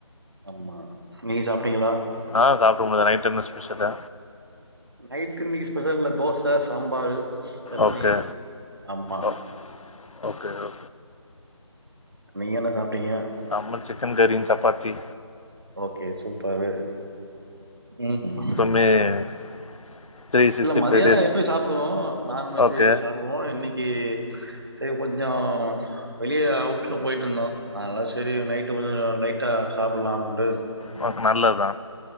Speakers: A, on the right; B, on the left.
A: ஆமா நீங்க சாப்ட்டீங்களா
B: அ சாப்டேன் ப்ரோ நைட்டு என்ன ஸ்பெஷலு
A: நைட்டு இன்னக்கு ஸ்பெஷல் என்ன தோச சாம்பாரு சட்னி
B: ஓகே
A: ஆமா
B: ஓ ஓகே ஓ
A: நீங்க என்ன சாப்ட்டீங்க
B: நம்ம சிக்கன் கறியு சப்பாத்தி
A: ஓகே சூப்பரு ம்
B: <unintelligible> த்ரீ சிக்ஸ்டி
A: இல்ல மத்தியானம்
B: ஃபைவ் டேஸ்
A: எப்பயு சாப்டுவோ நான்வெஜ்
B: ஓகே
A: சாப்டுவோ இன்னைக்கு சேரி கொஞ்சோ வெளியே அவுட்ல போயிட்டு வந்தோ அதால சரி நைட்டு கொஞ்சோ லைட்டா சாப்டுலா அப்டின்ட்டு
B: ஒனக்கு நல்லதுதா